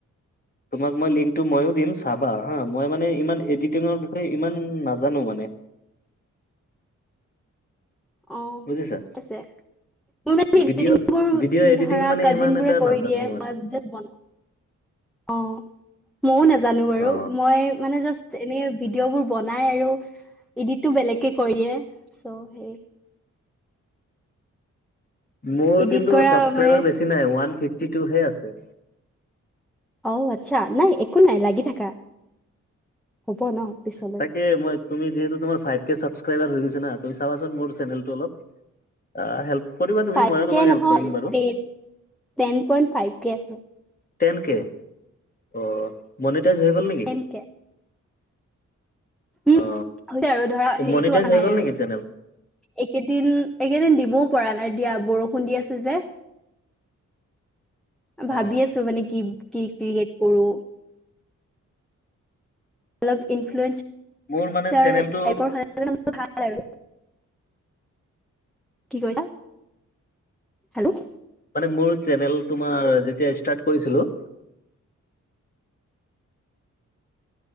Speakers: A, on the left (about 30°); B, in the centre.
A: তোমাক মই লিংকটো ময়ো দিম চাবা হাঁ, মই মানে ইমান এডিটিঙৰ বিষয়ে ইমান নাজানো মানে।
B: অ',
A: বুজিছা
B: ঠিক আছে। মোৰ মানে এডিটিংবোৰ
A: ভিডিঅ' ভিডিঅ' এডিটিং
B: ধৰা
A: মানে
B: কাজিন
A: ইমান এটা
B: বুৰেই কৰি
A: নাজানো
B: দিয়ে মই জাষ্ট বনাওঁ। অ', ময়ো নাজানো বাৰু,
A: অ
B: মই মানে জাষ্ট এনে ভিডিঅ'বোৰ বনাই আৰু ইডিততো বেলেগকে কৰি দিয়ে। চৌ সেই
A: মোৰ
B: এডিট
A: কিন্তু
B: কৰা
A: চাবস্ক্ৰাইবাৰ
B: মানে
A: বেছি নাই। ওৱান ফিফটি টুহে আছে।
B: অ', আচ্ছা। নাই একো নাই লাগি থাকা। হ'ব ন পিছলৈ
A: তাকে মই তুমি যিহেতু তোমাৰ ফাইভ কে চাবস্ক্ৰাইবাৰ হৈ গৈছে না। তুমি চাবাচোন মোৰ চেনেলটো অলপ। অ', হেল্প কৰিবা তুমি
B: ফাইভ
A: ময়ো তোমাক
B: কে নহয়
A: হেল্প কৰিম বাৰু
B: ten, ten point five K আছে।
A: টেন কে অ', মনিটাইজ হৈ গ'ল নি?
B: Ten K. উম,
A: অ
B: হৈছে আৰু ধৰা হেৰিতো
A: মনিটাইজ
B: অহা
A: হৈ
B: নাই
A: গ'ল
B: আৰু।
A: নেকি চেনেল
B: এইকেইদিন এইকেইদিন দিবও পৰা নাই দিয়া। বৰষুণ দি আছে যে। ভাবি
A: অ
B: আছো মানে কি কি ক্ৰিয়েট কৰো। অলপ ইনফ্লুৱেন্স
A: মোৰ মানে
B: আৰ
A: চেনেলটো
B: টাইপৰ হ'লে ভাল আৰু। কি কৈছা? হেল্ল'!
A: মানে মোৰ চেনেল তোমাৰ যেতিয়া ষ্টাৰ্ট কৰিছিলো